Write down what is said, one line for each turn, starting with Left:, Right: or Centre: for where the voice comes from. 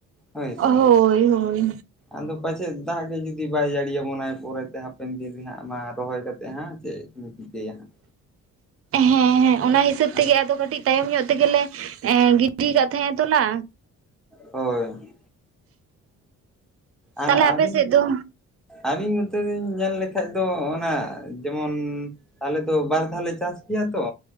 Centre: ᱦᱳᱭ ᱥᱮ
Right: ᱦᱳᱭ ᱦᱳᱭ
Centre: ᱟᱫᱚ ᱯᱟᱪᱮᱫ ᱫᱟᱜ ᱜᱮ ᱡᱩᱫᱤ ᱵᱟᱭ ᱡᱟᱹᱲᱤᱭᱟᱵᱚ ᱱᱟᱭ ᱯᱚᱨᱮ ᱦᱟᱯᱮᱱ ᱫᱤᱱ ᱦᱟᱸᱜ ᱢᱟ ᱨᱚᱦᱚᱭ ᱠᱟᱛᱮᱫ ᱦᱟᱸᱜ ᱪᱮᱫ ᱵᱤᱱ ᱪᱤᱠᱟᱹᱭᱟ ᱦᱟᱸᱜ
Right: ᱦᱮᱸ ᱦᱮᱸ ᱚᱱᱟ ᱦᱤᱥᱟᱹᱵ
Centre: ᱦᱟᱸᱜ
Right: ᱛᱮᱜᱮ ᱟᱫᱚ ᱠᱟᱹᱴᱤᱡ ᱛᱟᱭᱚᱢ ᱧᱚᱜ ᱛᱮᱜᱮ ᱞᱮ ᱜᱤᱛᱤ ᱟᱠᱟᱫ ᱛᱟᱦᱮᱸ ᱛᱚᱞᱟ
Centre: ᱦᱳᱭ ᱟᱨ
Right: ᱛᱟᱦᱞᱮ
Centre: ᱟᱹᱵᱤᱱ
Right: ᱟᱯᱮ ᱥᱮᱫ ᱫᱚ
Centre: ᱟᱹᱞᱤᱧ ᱱᱚᱛᱮ ᱞᱤᱧ ᱧᱮᱞ ᱞᱮᱠᱷᱟᱡ ᱫᱚ ᱚᱱᱟ ᱡᱮᱢᱚᱱ ᱟᱞᱮ ᱫᱚ ᱵᱟᱨ ᱫᱷᱟᱣ ᱞᱮ ᱪᱟᱥ ᱜᱮᱭᱟ ᱛᱚ